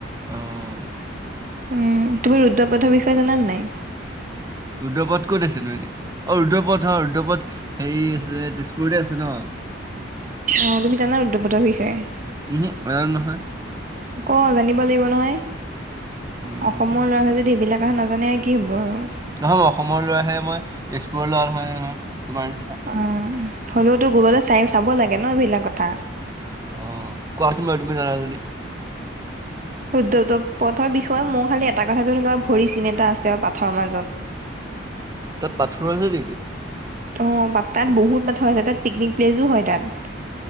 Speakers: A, on the right; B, on the right.
A: অহ
B: উ তুমি ৰুদ্ৰপথৰ বিষয়ে জানা নাই?
A: ৰুদ্ৰপদ ক'ত আছে নো? এনে অ ৰুদ্ৰপদ হয় ৰুদ্ৰপথ । সেই আছে। ঘৰতে আছে ন ।
B: অ তুমি জানা ৰুদ্ৰপতৰ বিষয়ে?
A: উহু নাজানো নহয়
B: ক জানিব লাগিব নহয়,
A: উম
B: অসমৰ লৰা ছোৱাল যদি এইবিলাক কথা নাজান জনে কি হ'ব আৰু?
A: নহয় মই অসমৰ ল'ৰাহে মই তেজপুৰ সৰু লৰা নহয় নহয়। তোমাৰ নিচিনা
B: অ। হ'লেওতো গুগলত চাই চাব লাগে ন এইবিলাক কথা।
A: অ কোৱাচোন তুমি জানা যদি?
B: উদ্ধ টো পথৰ বিষয়ে ময়ো খালি এটা কথা জনো কা ভৰি চিন এটা আছে। তেওঁ পাথৰ মাজত ।
A: তাত পাথৰ আছে নেকি?
B: অ তাত বহুত পাথৰ আছে তাত পিকনিক প্লেচো হয় তাত